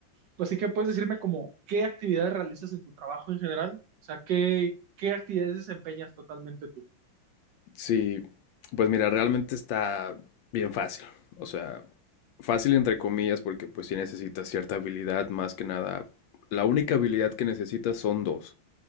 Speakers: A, on the right; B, on the left.
A: Pues sí que puedes decirme como, ¿qué actividades realizas en tu trabajo en general? O sea, ¿qué, qué actividades desempeñas totalmente tú?
B: Sí, pues mira, realmente está bien fácil. O sea, fácil entre comillas porque pues sí necesitas cierta habilidad, más que nada. La única habilidad que necesitas son dos.